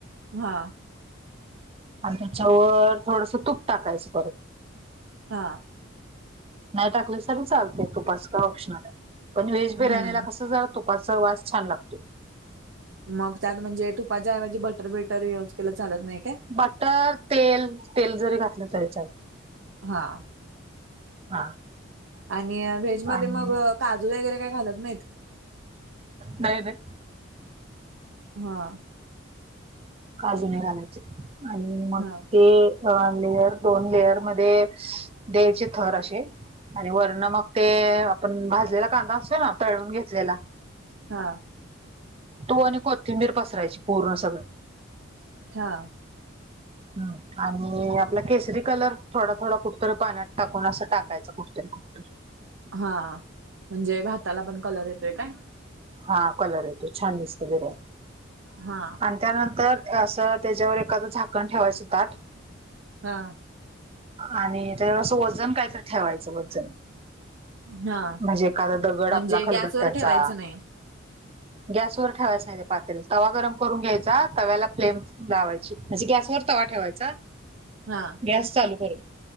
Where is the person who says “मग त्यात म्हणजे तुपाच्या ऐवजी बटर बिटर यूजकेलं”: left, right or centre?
Right